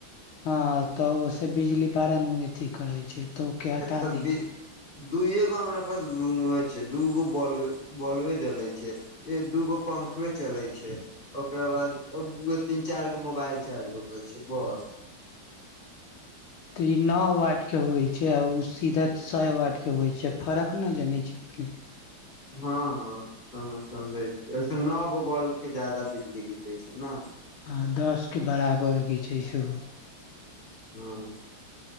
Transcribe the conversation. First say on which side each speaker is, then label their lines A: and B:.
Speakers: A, on the left; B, on the left.
A: ह तऽ ओसे बिजली बारा नू अथी करै छै तऽ ओके हटा
B: ए तऽ
A: दै
B: बि
A: छै
B: दूएगो हमरा पास रूमवे छै, दूगो बॉलवे बॉलवे जले छै, एक दूगो पंखवे चलै छै ओकरा बाद तीन-चारि गो मोबाइल चार्ज होकै छै, बस
A: ई नओ वार्ड के होय छै, उ सीधा छय वार्ड के होय छै। फरक ने जान छै? अपने <unintelligible>
B: हँ हँ हँ मे समझै छी। वेसे नओ गो बल्ब के ज्यादा बिजली घीचै छै ने?
A: आ दसके बराबर घिचै छै बल्ब
B: हँ,